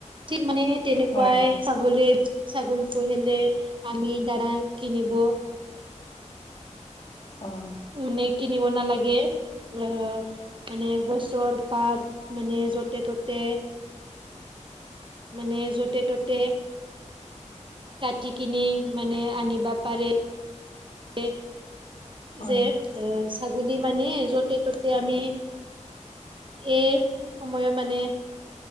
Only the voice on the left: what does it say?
হয়
অ
হয়